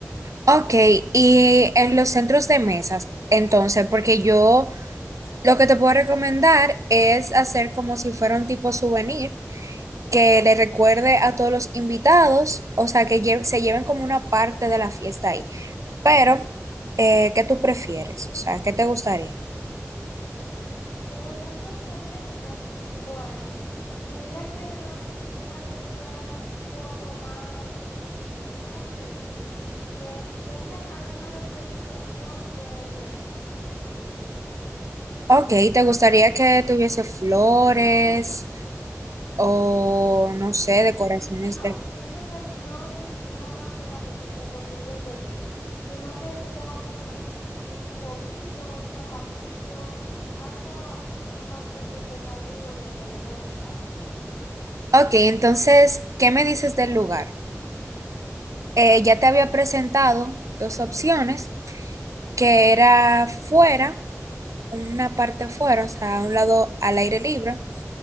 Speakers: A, on the right; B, on the left.
A: Ok, y en los centros de mesas, entonces, porque yo Lo que te puedo recomendar es hacer como si fuera un tipo souvenir que le recuerde a todos los invitados, o sea, que lle- se lleven como una parte de la fiesta ahí. Pero, eh, ¿qué tú prefieres? O sea, ¿qué te gustaría?
B: En los centros de mesa, bueno, diría que los quisiera que fueran un poco más, ¿cómo te digo? Que tengan alguna representación del bebé.
A: Ok, ¿te gustaría que tuviese flores o, no sé, decoraciones
B: Mm, No,
A: de...
B: siento que flores no va con la representación del bebé, sino que se pongan como un, un bobito, un zapatito, algo así, algo más representativo de un baby shower.
A: Ok, entonces, ¿qué me dices del lugar? Eh, ya te había presentado dos opciones, que era fuera una parte afuera, o sea, a un lado al aire libre